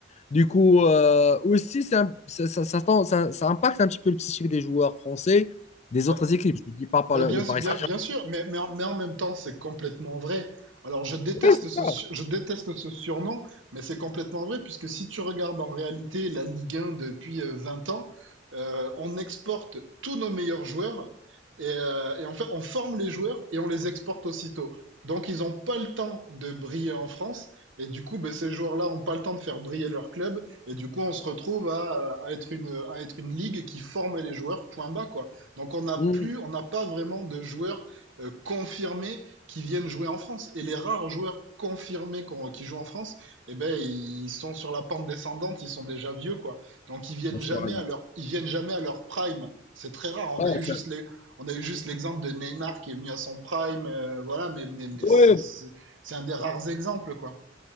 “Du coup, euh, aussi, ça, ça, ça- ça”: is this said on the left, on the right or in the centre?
Left